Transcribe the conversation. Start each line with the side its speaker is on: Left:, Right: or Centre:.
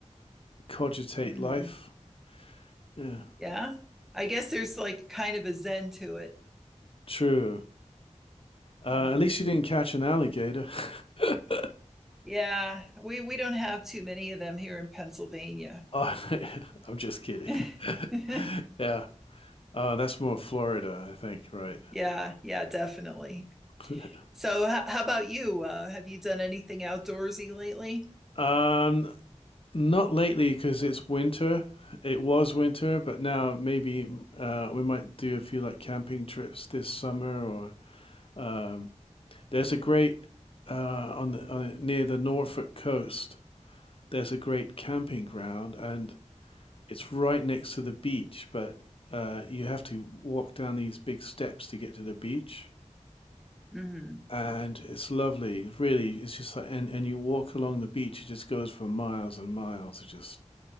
Left: cogitate
Centre: hmm
Left: life. Yeah.
Centre: Yeah, I guess there's like kind of a zen to it.
Left: True.
Centre: Mhm.
Left: Uh, at least you didn't catch an alligator. <laughs>
Centre: Yeah, we we don't have too many of them here in Pennsylvania.
Left: Oh, <laughs> I'm just kidding.
Centre: <laughs>
Left: <laughs> Yeah. Uh, that's more Florida, I think, right?
Centre: Yeah, yeah, definitely.
Left: Yeah. <laughs>
Centre: So, how, how about you? Uh, have you done anything outdoorsy lately?
Left: Um, not lately because it's winter. It was winter, but now maybe uh, we might do a few like camping trips this summer or Um, there's a great uh, on, the, on near the Norfolk coast. There's a great camping ground, and it's right next to the beach. But uh, you have to walk down these big steps to get to the beach,
Centre: hmm
Left: and it's lovely. Really, it's just like, and and you walk along the beach. It just goes for miles and miles. It's just